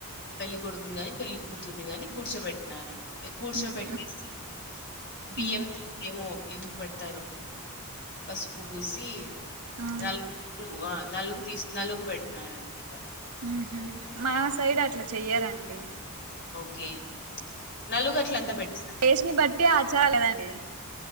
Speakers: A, on the left; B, on the right.
A: పెళ్లి కొడుకుని గాని పెళ్లి కూతుర్ని గాని కూర్చోబెట్టినారండి పె కూర్చోబెట్టేసి,
B: మ్
A: బియ్యంతో
B: హు
A: ఏమో ఏమ పెడతారు పసుపు పూసి
B: ఆ
A: <unintelligible> అ నలుగు తీసి నలుగు పెట్టినారండి వాళ్ళ
B: ఉహు మా సైడ్ అట్లా చెయ్యారండి
A: ఓకే నలుగట్లంతా పెట్
B: దేశని బట్టి ఆ చాలేదండి